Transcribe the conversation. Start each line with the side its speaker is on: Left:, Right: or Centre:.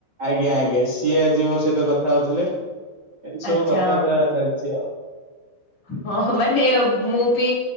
Right: ଆଜ୍ଞା ଆଜ୍ଞା ସିଏ ଆଜି ମୋ ସହିତ କଥା ହଉଥିଲେ। ଏମତି ସବୁ
Left: ଆଚ୍ଛା
Right: କଥାବାର୍ତ୍ତା ଚାଲିଛି ଆଉ।
Left: ହଁ ହଁ ମାନେ ମୁଁ ବି